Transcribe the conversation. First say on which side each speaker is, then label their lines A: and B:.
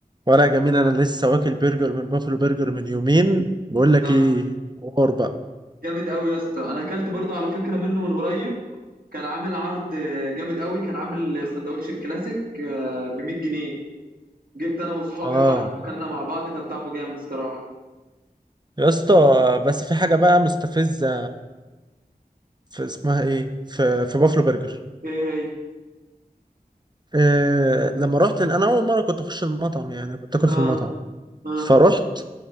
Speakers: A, on the right (about 30°); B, on the right (about 70°).
A: ولا جميل انا لسه واكل برجر من بافلو برجر من يومين بقول لك
B: آه،
A: ايه حوار بقى
B: جامد قوي يا اسطى انا اكلت برضو على فكره منه من قريب كان عامل عرض آه، جامد قوي كان عامل سندوتش الكلاسيك ب 100 جنيه جبت انا واصحابي
A: اه
B: وقعدت اكلنا مع بعض كان طعمه جامد الصراحه
A: يا اسطى بس في حاجه بقى مستفزه في اسمها ايه في في بافلو برجر
B: ايه هي
A: آه لما رحت انا اول مره كنت اخش المطعم يعني كنت اكل
B: اه
A: في المطعم
B: اه
A: فرحت